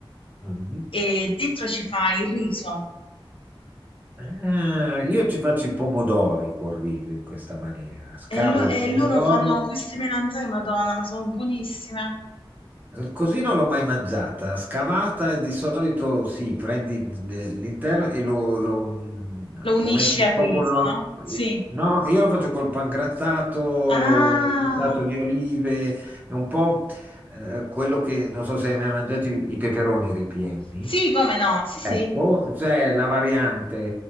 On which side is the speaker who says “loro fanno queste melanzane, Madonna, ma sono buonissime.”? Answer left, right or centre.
Left